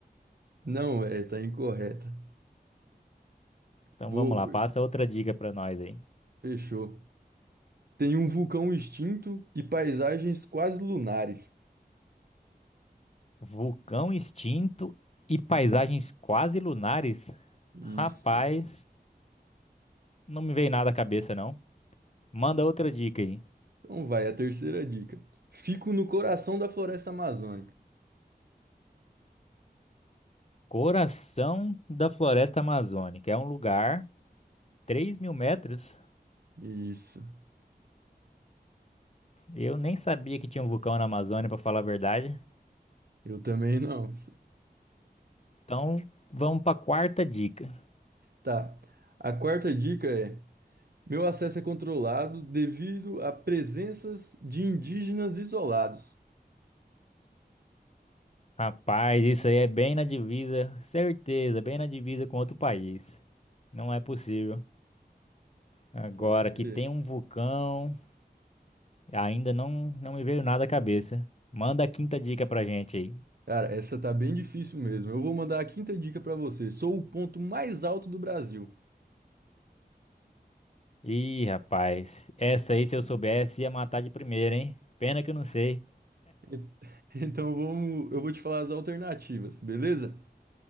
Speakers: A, on the right; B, on the left.
A: Não é, tá incorreta.
B: Então
A: Vou...
B: vamos lá, passa outra dica pra nós aí.
A: Fechou. Tem um vulcão extinto e paisagens quase lunares.
B: Vulcão extinto e paisagens quase lunares?
A: Isso.
B: Rapaz, não me veio nada à cabeça não. Manda outra dica aí.
A: Então vai, a terceira dica. Fico no coração da floresta amazônica.
B: Coração da Floresta Amazônica. É um lugar, 3 mil metros.
A: Isso.
B: Eu nem sabia que tinha um vulcão na Amazônia, pra falar a verdade.
A: Eu também não. <laughs>
B: Então vamos pra quarta dica.
A: Tá. A quarta dica é: meu acesso é controlado devido a presenças de indígenas isolados.
B: Rapaz, isso aí é bem na divisa, certeza, bem na divisa com outro país. Não é possível. Agora
A: Pode ser.
B: que tem um vulcão, ainda não não me veio nada à cabeça. Manda a quinta dica pra gente aí.
A: Cara, essa tá bem difícil mesmo. Eu vou mandar a quinta dica pra você. Sou o ponto mais alto do Brasil.
B: Ih, rapaz, essa aí se eu soubesse ia matar de primeira, hein? Pena que eu não sei.
A: E- <laughs> Então vamos, eu vou te falar as alternativas, beleza?